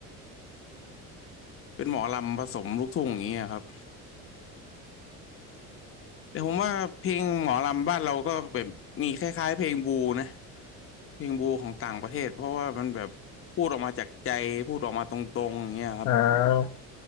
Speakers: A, on the left; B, on the left.
A: เป็นหมอลำผสมลูกทุ่งอย่างเงี้ยครับ แต่ผมว่าเพลงหมอลำบ้านเราก็แบบมีคล้ายๆเพลงบูนะเพลงบูของต่างประเทศเพราะว่ามันแบบพูดออกมาจากใจพูดออกมาตรงๆอย่างเงี้ยครับ
B: อ๋อ